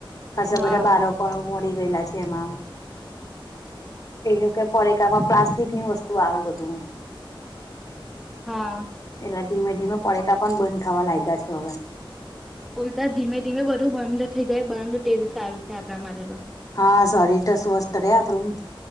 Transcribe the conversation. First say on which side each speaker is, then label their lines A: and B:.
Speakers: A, on the left (about 40°); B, in the centre.
A: ખાસા
B: હા
A: બધા બારકો
B: હા
A: મળી ગયેલા છે એમાં એ લોકો પડીકામા પ્લાસ્ટિકની વસ્તુ તું આવે બધું.
B: હા.
A: એટલા ધીમે ધીમે પડીકા પણ બંધ થવા લાગ્યા છે હવે.
B: ઉલતા ધીમે ધીમે બધું બંધ થઈ જાય. બંધ તે જ સારું છે. આપણા માટે તો
A: હા શરી રતો સ્વસ્થ રહે આપણું